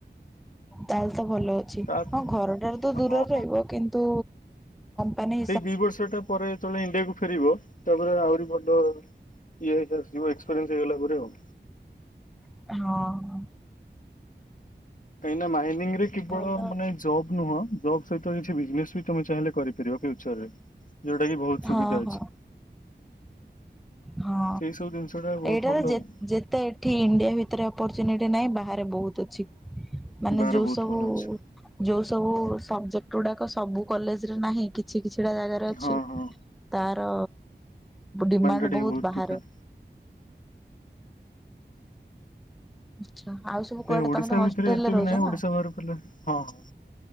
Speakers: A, in the centre; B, on the left (about 45°).
A: ତାହେଲେ ତ ଭଲ। ଆଛି
B: ତାପରେ
A: ହଁ ଘର ଠାରୁ ତ ଦୂରରେ
B: ହଁ
A: ରହିବ, କିନ୍ତୁ ମାନେ
B: ସେଇ ଦି ବର୍ଷ ଟା ପରେ ତଳେ ଇଣ୍ଡିଆକୁ ଫେରିବ। ତାପରେ ଆହୁରି ଭଲ ଇଏ ହେଇ ଆସଯିବ ଏକ୍ସପିରିଏନ୍ସ ହେଇଗଲା ପରେ ଆଉ।
A: ହଁ।
B: କାହିଁକି ନା ମାଇନିଂ ରେ କେବଳ
A: ଭଲ ଅଛି
B: ମାନେ ଜବ୍ ନୁହଁ ଜବ୍ ସହିତ କିଛି ବିଜନେସ୍ ବି ତମେ ଚାହିଁଲେ କରିପାରିବ ଫ୍ୟୁଚର ରେ, ଯୋଉଟା କି ବହୁତ୍
A: ହଁ
B: ସୁବିଧା
A: ହଁ
B: ଅଛି।
A: ହଁ
B: ସେଇ ସବୁ ଜିନିଷ ଟା ବହୁତ
A: ଏଇଟାରେ
B: ଭଲ ଆଉ
A: ଯେ ଯେତେ ଏଠି ଇଣ୍ଡିଆ ଭିତରେ ଅପରଚୁନିଟି ନାହିଁ ବାହାରେ ବୋହୁତ୍ ଅଛି, ମାନେ
B: ବାର
A: ଯୋଉ
B: ବହୁତ
A: ସବୁ
B: ଭଲ ଅଛି
A: ଯୋଉ ସବୁ ସବଜେକ୍ଟ ଗୁଡ଼ାକ ସବୁ କଲେଜ୍ ରେ ନାହିଁ କି କିଛି କିଛିଟା ଜାଗାରେ ଅଛି,
B: ହଁ ହଁ।
A: ତାର ଡିମାଣ୍ଡ
B: ଟା ଟିକେ
A: ବହୁତ
B: ବହୁତ
A: ବାହାରେ
B: ବି ଥାଏ।
A: ଆଛା ଆଉ ସବୁ
B: କାଇଁ
A: କୁଆଡ଼େ
B: ଓଡିଶା
A: ତମେତ ହଷ୍ଟେଲ୍
B: ଭିତରେ ଏତେ
A: ରେ ରହୁଚ
B: ବି ନାହିଁ
A: ନା?
B: ଓଡିଶା ବାହାରକୁ ହେଲେ ହଁ ହଁ